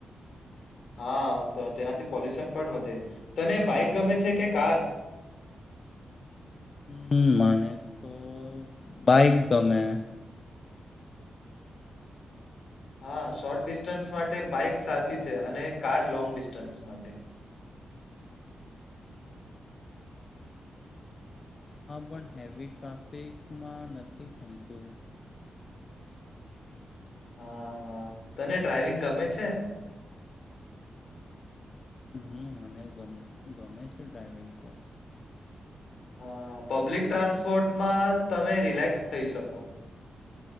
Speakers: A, on the left (about 65°); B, on the left (about 35°).
A: હા તો તેનાથી પોલ્યુશન પણ વધે તને બાઈક ગમે છે કે કાર
B: હમ મને તો બાઈક ગમે
A: હા શોર્ટ ડિસ્ટન્સ માટે બાઈક સાચી છે અને કાર લોંગ ડિસ્ટન્સ માટે
B: હા પણ હેવી ટ્રાફિકમાં નથી ગમતુ
A: હા હા તને ડ્રાઈવિંગ ગમે છે.
B: હમ મને ગમે છે ડ્રાઈવિંગ તો
A: હ પબ્લિક ટ્રાન્સપોર્ટમાં તમે રિલેક્સ થઈ, શકો